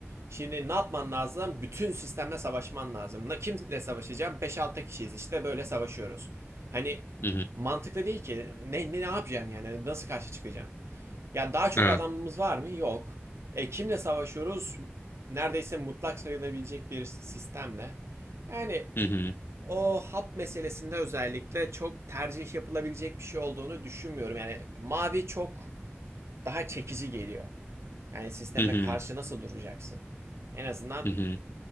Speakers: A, on the right; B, on the left.
A: Şimdi ne yapman lazım? Bütün sistemle savaşman lazım. Ne kimle savaşacağım? Beş altı kişiyiz işte böyle savaşıyoruz. Hani
B: Hı hı.
A: mantıklı değil ki. Ne, ne, ne yapacaksın yani? Nasıl karşı çıkacaksın? Ya daha çok
B: Evet.
A: adamımız var mı? Yok. E, kimle savaşıyoruz? Neredeyse mutlak sayılabilecek bir sistemle. Yani
B: Hı hı.
A: o hap meselesinde özellikle çok tercih yapılabilecek bir şey olduğunu düşünmüyorum. Yani mavi çok daha çekici geliyor. Yani sisteme
B: Hı hı.
A: karşı nasıl duracaksın? En azından
B: Hı hı.